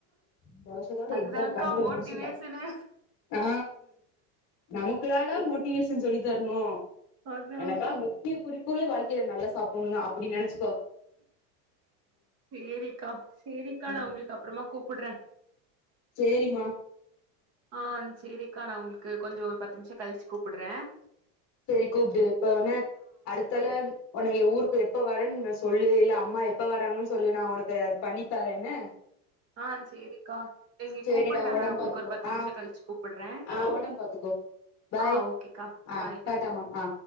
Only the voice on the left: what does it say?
இந்த வருஷத்தோட
எக்ஸாம் கண்டிப்பா
முடிச்சிடுவ அ நமக்குதாடா மோட்டிவேஷன் சொல்லி தரணு
எனக்ல்லா முக்கிய குறிக்கோலே வாழ்க்கையில நல்லா சாப்புடணு அப்டி நெனச்சிக்கோ
ம்
சேரிம்மா
சேரி கூப்புடு இப்ப ன அடுத் தல உன்னைய ஊருக்கு எப்ப வரேன்னு சொல்லு இல்ல அம்மா எப்ப வராங்கன்னு சொல்லு நா உனக்கு பண்ணித்தாரேன் என்ன
சேரிடா
ஒடம்
பாத்துக்கோ
ஆ
ஆ <unintelligible> பாய்
ஆ
டாட்டாமா ஆ